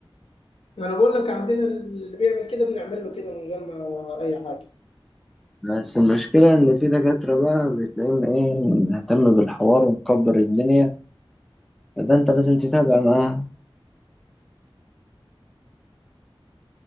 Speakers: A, on the left; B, in the centre.
A: انا بقول لك عندنا اللي بيعمل كده بنعمل له كده من غير ما اي حاجه
B: بس المشكلة إن في دكاترة بقى بتلاقيهم إيه مهتم بالحوار ومكبر الدنيا فده أنت لازم تتابع معاهم